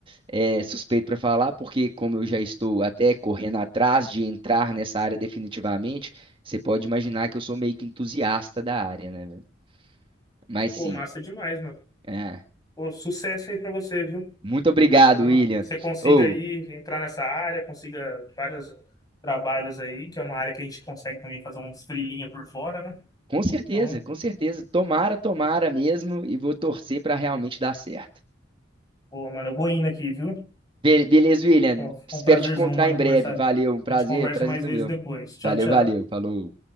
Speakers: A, on the right (about 25°); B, on the left (about 20°).
A: é, suspeito para falar, porque como eu já estou até correndo atrás de entrar nessa área definitivamente, você pode imaginar que eu sou meio que entusiasta da área, né, velho? Mas sim.
B: Pô, massa demais, mano.
A: é.
B: Pô, sucesso aí para você, viu?
A: Muito obrigado,
B: Que
A: William.
B: você consiga
A: Ou,
B: aí entrar nessa área, consiga vários trabalhos aí, que é uma área que a gente consegue também fazer uns freelinha por fora, né?
A: com certeza,
B: Então,
A: com certeza. Tomara, tomara mesmo e vou torcer para realmente dar certo.
B: pô, mano, eu vou indo aqui, viu?
A: Be- beleza, William.
B: Pô, foi
A: Espero
B: um prazerzão,
A: te encontrar
B: mano,
A: em
B: conversar.
A: breve. Valeu, um prazer,
B: A gente conversa
A: prazer
B: mais
A: todo
B: vezes
A: meu.
B: depois. Tchau,
A: Valeu,
B: tchau.
A: valeu. Falou.